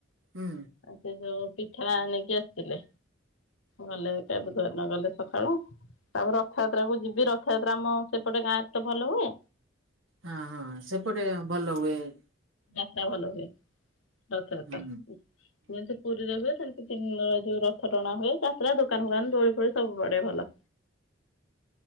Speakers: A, on the right; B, on the left.
A: ହୁଁ
B: ଆ ସେ ଯଉ ପିଠା ନେଇକି ଆସିଥିଲେ। ଗଲେ ତା ବୁଧୁବାର ଦିନ ଗଲେ ସକାଳୁ। ତାପରେ ରଥ ଯାତ୍ରା କୁ ଯିବି। ରଥଯାତ୍ରା ଆମ ସେପଟେ ଗାଁ ଏତେ ଭଲ ହୁଏ।
A: ହଁ ହଁ ସେପଟେ ଭଲ ହୁଏ। <inaudible>
B: ଯାତ୍ରା ଭଲ ହୁଏ‌। ରଥଯାତ୍ରା।
A: ହୁଁ
B: ହୁଁ ଏନ୍ତି ପୁରୀରେ ହୁଏ ସେମ ସେ ତିନ ଯଉ ରଥ ଟଣା ହୁଏ। ଯାତ୍ରା ଦୋକାନ ଫୋକାନ ଦୋଳି ଫୋଳି ସବୁ ପଡ଼େ ଭଲ।